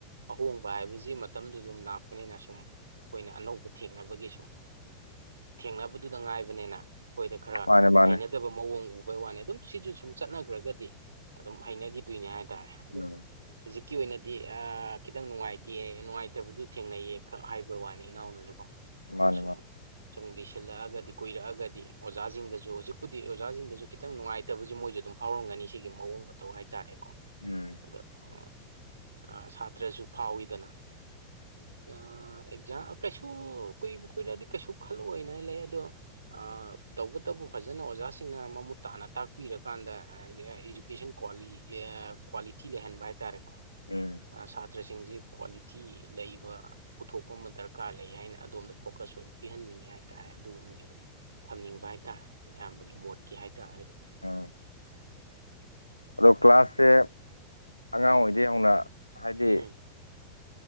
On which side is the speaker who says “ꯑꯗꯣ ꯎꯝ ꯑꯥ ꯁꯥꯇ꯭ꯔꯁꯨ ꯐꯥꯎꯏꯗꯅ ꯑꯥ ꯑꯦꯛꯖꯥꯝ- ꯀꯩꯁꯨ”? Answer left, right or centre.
Right